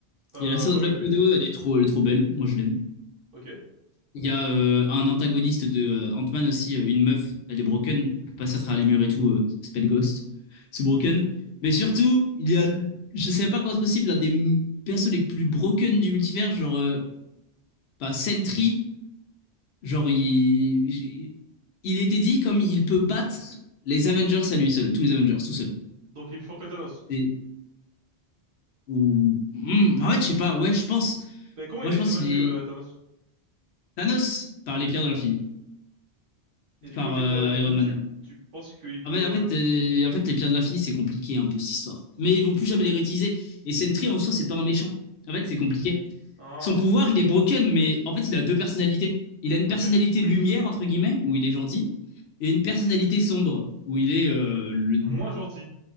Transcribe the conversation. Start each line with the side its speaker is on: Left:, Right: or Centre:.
Right: Euh
Left: Il y a la sœur
Right: oui
Left: de Black
Right: oui
Left: Widow,
Right: oui.
Left: elle est trop, elle est trop belle, moi je l'aime.
Right: OK.
Left: Il y a euh, un antagoniste de euh, Ant-Man aussi, euh, une meuf, elle est broken, elle peut passer à travers les murs et tout, euh, elle s'appelle Ghost, c'est broken.
Right: OK.
Left: Mais surtout, il y a, je sais même pas comment c'est possible, l'un des m- persos les plus broken du multivers, genre euh, bah, Sentry Genre, il, il était dit comme il peut battre les Avengers à lui seul, tous les Avengers, tout seul.
Right: Donc il est plus fort que Thanos.
Left: Et, ou, hmm, en fait, je sais pas, ouais, je pense.
Right: Mais comment
Left: Moi,
Right: il a
Left: je
Right: été
Left: pense
Right: battu
Left: qu'il est
Right: euh, Thanos?
Left: Thanos par les pierres de l'infini,
Right: Et du
Left: par
Right: coup avec
Left: euh,
Right: les pierres de l'infini,
Left: Iron Man.
Right: tu tu penses qu'il peut
Left: Ah ouais, en fait, euh, en fait, les pierres de l'infini, c'est compliqué un peu cette histoire. Mais ils vont plus jamais les réutiliser. Et Sentry en soi, c'est pas un méchant. En fait, c'est compliqué.
Right: Ah,
Left: Son pouvoir, il est broken, mais en fait, il a deux personnalités. Il a une
Right: OK.
Left: personnalité lumière, entre guillemets, où il est gentil, et une personnalité sombre, où il est, euh, le...
Right: Moins gentil.